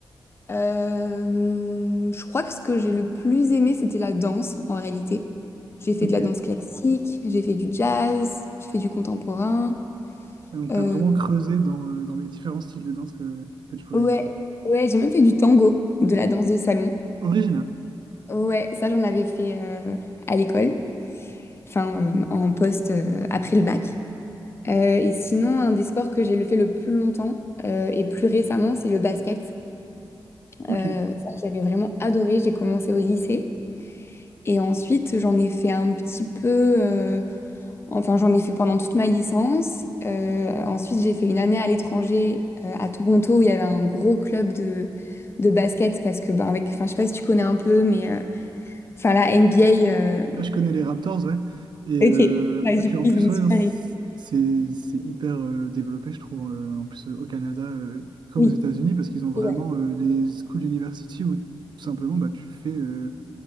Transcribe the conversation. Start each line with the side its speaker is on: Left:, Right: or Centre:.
Left: Euh, je crois que ce que j'ai le plus aimé, c'était la danse en réalité. J'ai fait
Right: Ok.
Left: de la
Right: Et
Left: danse classique, j'ai fait du jazz, j'ai fait du contemporain.
Right: donc
Left: Euh,
Right: tu as vraiment creusé dans, euh, dans les différents styles de danse que, que tu pouvais
Left: ouais,
Right: aimer, quoi.
Left: ouais, j'ai même fait du tango, de la danse de salon.
Right: Original.
Left: Ouais, ça j'en avais fait euh, à l'école, enfin euh, en poste euh, après le bac. Euh, et sinon, un des sports que j'ai le fait le plus longtemps euh, et plus récemment, c'est le basket.
Right: Ok.
Left: Euh, ça, j'avais vraiment adoré. J'ai commencé au lycée. Et ensuite, j'en ai fait un petit peu... euh, Enfin, j'en ai fait pendant toute ma licence. Euh, ensuite, j'ai fait une année à l'étranger, euh, à Toronto, où il y avait un gros club de, de basket. Parce que, ben, avec, enfin, je sais pas si tu connais un peu, mais euh, enfin, la NBA. euh,
Right: Ah, je connais les Raptors, ouais. Et,
Left: Ok,
Right: euh,
Left: Ouais, du
Right: et puis
Left: coup,
Right: en
Left: ils
Right: plus,
Left: ont une
Right: ouais,
Left: super
Right: non,
Left: équipe.
Right: c'est c'est hyper euh, développé, je trouve, euh, en plus euh, au Canada, euh, comme
Left: Oui,
Right: aux États-Unis, parce qu'ils ont vraiment
Left: ouais,
Right: euh, les school university où tout simplement bah, tu fais. euh,